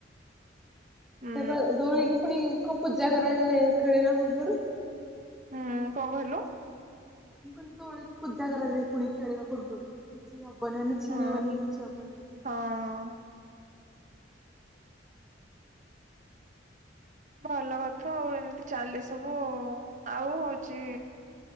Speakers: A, on the right; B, in the centre.
A: ହୁଁ
B: ସେଟା ଦୋଳିକି ପୁଣି କଣ ପୂଜା କରାଯାଏ ଖେଳିଲା ପୂର୍ବରୁ।
A: ହୁଁ କଣ କହିଲୁ?
B: ମୁଁ କହିଲି ଦୋଳିକି ପୂଜା କରାଯାଏ ପୁଣି ଖେଳିବା ପୂର୍ବରୁ, କିଛି ହବ ବନେଇ <unintelligible> ନ ଛିଡି
A: ହଁ
B: ବନେଇକି ବନେଇିବ ବୋଲି
A: ହଁ ଭଲ କଥା ଆଉ ଏମିତି ଚାଲେ ସବୁ ଆଉ ହଉଛି